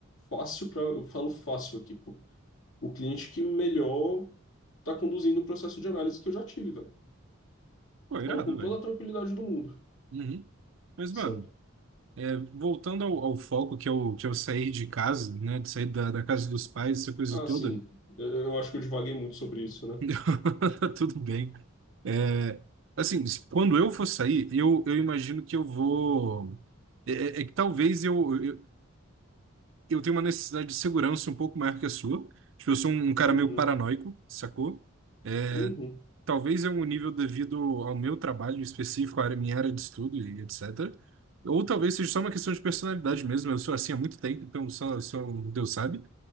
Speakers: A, on the left; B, on the right.
A: fácil para, eu falo fácil aqui, pô. O cliente que melhor tá conduzindo o processo de análise que eu já tive, velho.
B: Pô, irado,
A: Falo com
B: velho.
A: toda a tranquilidade do mundo,
B: Uhum. Mas,
A: sabe?
B: mano. É, voltando ao, ao foco que é o que é sair de casa, né, de sair da, da casa dos pais, essa coisa
A: Ah,
B: toda,
A: sim. Eu, eu acho que eu divaguei muito sobre isso, né?
B: <laughs> tá tudo bem. É, assim, se- quando eu for sair, eu, eu imagino que eu vou. É, é- é que talvez eu, eu, eu tenha uma necessidade de segurança um pouco maior que a sua. Tipo, eu sou um, um cara
A: Uhum,
B: meio paranoico, sacou? É,
A: uhum,
B: Talvez é um nível devido ao meu trabalho específico, à área- minha área de estudo e etc. Ou talvez seja só uma questão de personalidade mesmo. Eu sou assim há muito tempo, então só, só Deus sabe.